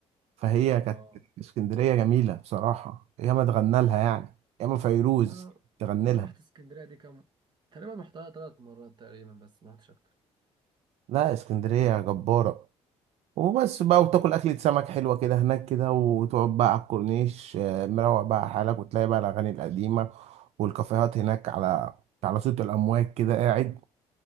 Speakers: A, on the right; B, on the right.
A: فهي كانت
B: اه
A: اسكندرية جميلة بصراحة ياما اتغنى لها يعني ياما فيروز
B: انا
A: تغني
B: انا
A: لها
B: رحت اسكندريه دي كام تقريبا رحتها ثلاث مرات تقريبا بس ما رحتش اكتر
A: لا اسكندرية جبارة وبس بقى وتاكل أكلة سمك حلوة كده هناك كده وتقعد بقى على الكورنيش آه، مروق بقى على حالك وتلاقي بقى الأغاني القديمة والكافيهات هناك على على صوت الأمواج كده قاعد